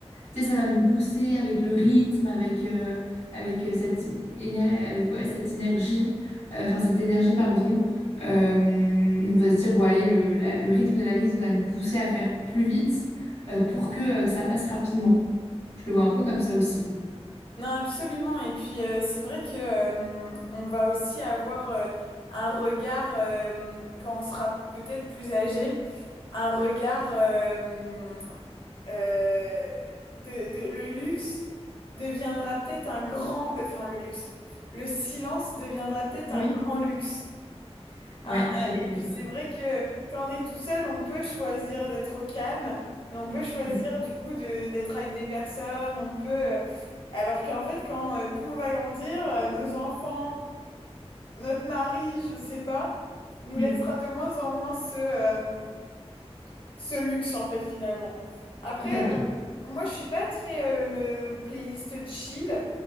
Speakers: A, on the left; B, on the left.
A: Tu sais, ça va nous pousser avec le rythme, avec, euh, avec, euh, cette, éner- avec ouais, cette énergie, euh, enfin cette énergie, pardon. Euh, on va se dire, bon, allez, le, la- le rythme de la vie va nous pousser à faire plus vite euh, pour que euh, ça passe rapidement. Je le vois un peu comme ça aussi.
B: Non, absolument. Et puis, euh, c'est vrai que, euh, on va aussi avoir euh, un regard, euh, quand on sera peut-être plus âgé, un regard euh, euh, de, de- le luxe deviendra peut-être un grand, enfin le luxe, le silence deviendra peut-être
A: Oui,
B: un grand luxe. Ah,
A: ouais,
B: ah,
A: je suis
B: et puis
A: d'accord.
B: c'est vrai que quand on est tout seul, on peut choisir d'être au calme, mais on peut choisir
A: Mm.
B: du coup de d'être avec des personnes, on peut... euh, Alors qu'en fait, quand euh, plus on va grandir, euh, nos enfants, notre mari, je sais pas, nous
A: Mm.
B: laissera de moins en moins ce, euh, ce luxe en fait finalement. Après,
A: tout à fait.
B: euh, moi je suis pas très euh, playlist chill.